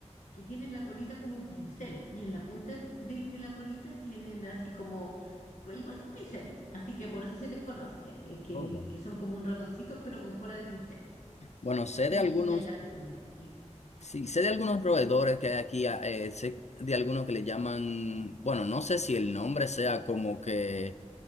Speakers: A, on the left; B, on the left.
A: que tienen la colita como un pincel y en la punta del- del- de la colita tienen así como, co- igual que un pincel, así que por eso se les conoce, eh, que,
B: Oh.
A: que son como un ratoncito pero con cola de pincel.
B: Bueno, sé
A: Y
B: de algunos.
A: hay harto conejito.
B: Sí, sé de algunos
A: ¿Mm?
B: roedores que hay aquí, a- eh, sé de algunos que le llaman, bueno, no sé si el nombre sea como que